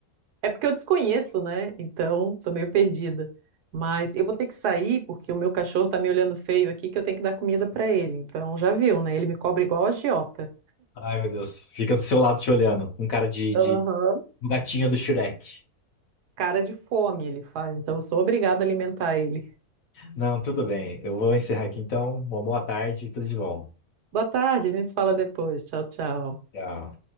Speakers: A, on the right; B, on the left.
A: É porque eu desconheço, né? Então, tô meio perdida. Mas eu vou ter que sair porque o meu cachorro tá me olhando feio aqui que eu tenho que dar comida pra ele. Então, já viu, né? Ele me cobra igual a agiota.
B: Ai, meu Deus, fica do seu lado te olhando, um cara de,
A: Aham.
B: de um gatinho do Shrek.
A: Cara de fome ele faz. Então, eu sou obrigada a alimentar ele.
B: Não, tudo bem, eu vou encerrar aqui então. Uma boa tarde e tudo de bom.
A: Boa tarde, a gente se fala depois. Tchau, tchau.
B: Tchau.